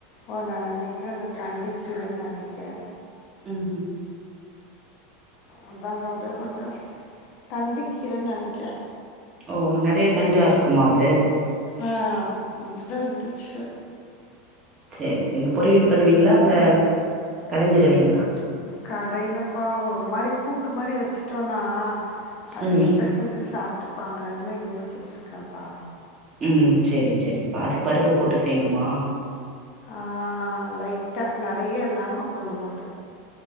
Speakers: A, on the left (about 45°); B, on the right (about 25°).
A: ஓ நான் நினைக்கிறத தண்டிக்கீறேன்னு நினைக்கிறே
B: ம் ம்
A: அதா பா அப்டியே கொஞ்ச தண்டிக்கீறேன்னு நினைக்கிறே
B: ஓ நிறைய தண்டா இருக்குமா அது
A: அப் இப்போதா இருந்துச்சு
B: சரி சரிங்க பொரியீல் பண்ணுவீங்களா இல்ல கடைஞ்சிடுவீங்களா
A: கடையிலப்பா ஒரு மாரி கூட்டு மாரி வச்சு இ்டோம்னா அது
B: ம்
A: பசைஞ்சு சாப்பிட்டுப்பாங்கன்னு யோசிச்சுட்டு இருக்கேப்பா
B: ம் சரி சரிப்பா அதுக்கு பருப்பு போட்டு செய்யணுமா
A: அ லைட்டா நிறைய இல்லாம கொஞ்சூண்டு